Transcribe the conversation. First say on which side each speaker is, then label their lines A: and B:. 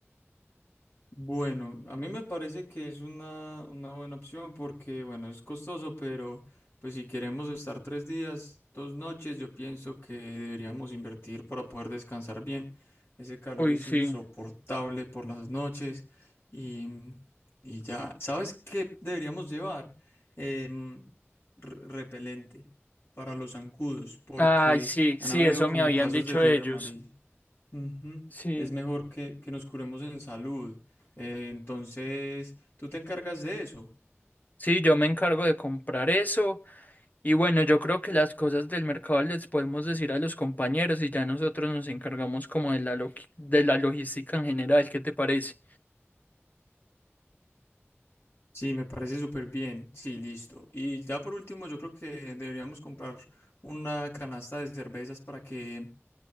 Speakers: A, on the left (about 60°); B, on the left (about 35°).
A: Bueno, a mí me parece que es una, una buena opción porque, bueno, es costoso, pero pues si queremos estar tres días, dos noches, yo pienso que deberíamos invertir para poder descansar bien. Ese calor
B: Uy,
A: es
B: sí.
A: insoportable por las noches y, y ya, ¿sabes qué deberíamos llevar? Em, re- repelente para los zancudos porque
B: Ay, sí,
A: han
B: sí,
A: habido
B: eso
A: como
B: me habían
A: casos
B: dicho
A: de fiebre
B: ellos.
A: amarilla. Ujú,
B: Sí.
A: Es mejor que, que nos curemos en salud. Eh, entonces, tú te encargas de eso.
B: Sí, yo me encargo de comprar eso. Y bueno, yo creo que las cosas del mercado les podemos decir a los compañeros y ya nosotros nos encargamos como de la loqui- de la logística en general, ¿qué te parece?
A: Sí, me parece súper bien. Sí, listo. Y ya por último, yo creo que deberíamos comprar una canasta de cervezas para que,